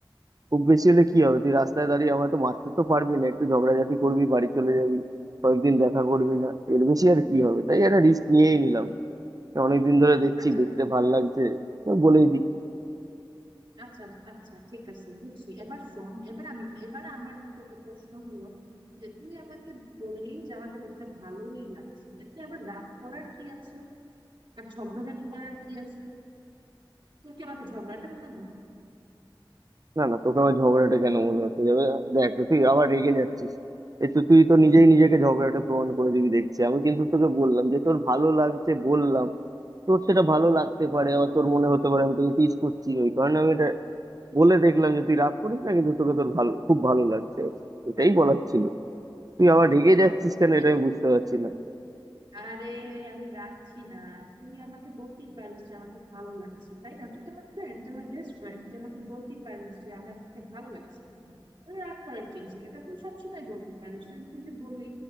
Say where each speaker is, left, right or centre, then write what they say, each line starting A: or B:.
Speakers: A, on the right; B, on the right.
A: খুব বেশি হলে কি হবে তুই রাস্তায় দাঁড়িয়ে আমায় তো মারতে তো পারবি না একটু ঝগড়াঝাটি করবি বাড়ি চলে যাবি কয়েকদিন দেখা করবি না এর বেশি আর কি হবে তাই একটা রিস্ক নিয়েই নিলাম অনেকদিন ধরে দেখছি
B: আচ্ছা
A: দেখতে ভাল লাগছে তো বলেই দিই
B: আচ্ছা আচ্ছা ঠিক আছে বুঝছি এবার শোন এবার আমি এবার আমার তোকে প্রশ্ন হলো যে তুই আমাকে বললি যে আমাকে দেখতে ভালোই লাগছে এতে আবার রাগ করার কি আছে আর ঝগড়াঝাটি করার কি আছে তুই কি আমাকে ঝগড়াটা মনে হয়
A: না না তোকে আমার ঝগড়াটা কেন মনে হচ্ছে যাবে দেখ তুই আবার রেগে যাচ্ছিস এ তো তুই তো নিজেই নিজেকে ঝগড়াটা প্রমাণ করে দিবি দেখছি আমি কিন্তু তোকে বললাম যে তোর ভালো লাগছে বললাম তোর সেটা ভালো লাগতে পারে আবার তোর মনে হতে পারে আমি তোকে টিজ করছি ওই কারণে আমি এটা বলে দেখলাম যে তুই রাগ করিস না কিন্তু তোকে তোর ভালো খুব ভালো লাগছে এটাই বলার ছিল তুই আবার রেগে
B: আচ্ছা
A: যাচ্ছিস কেন
B: তুই
A: এটা
B: আমার
A: আমি বুঝতে পারছি না
B: আরে আমি রাখছি না তুই আমাকে বলতেই পারিস যে আমাকে ভালো লাগছে তাই না তুই তো আমার ফ্রেন্ড তুই আমার বেস্ট ফ্রেন্ড তুই আমাকে বলতেই পারিস যে আমার তোকে ভালো লাগছে না তুই রাগ করার চেয়েছিলি এটা তুই সবসময় বলতে পারিস কিন্তু তুই যে বললি